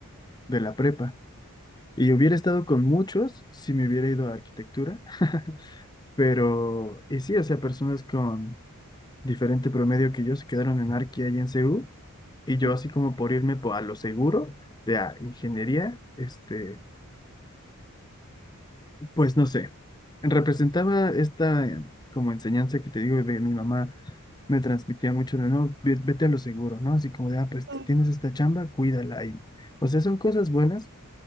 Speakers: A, on the left (about 20°); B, on the right (about 50°).
A: de la prepa. Y hubiera estado con muchos si me hubiera ido a arquitectura, <laughs> pero, y sí, o sea, personas con diferente promedio que yo se quedaron en arqui y en CU, y yo
B: Ujú,
A: así como por irme po- a lo seguro de a ingeniería, este, pues no sé, representaba esta eh, como enseñanza que te digo de mi mamá, me transmitía mucho de no, ve- vete a lo seguro, ¿no? Así como de, ah, pues
B: claro.
A: tienes
B: O
A: esta chamba, cuídala y, o sea, son cosas buenas,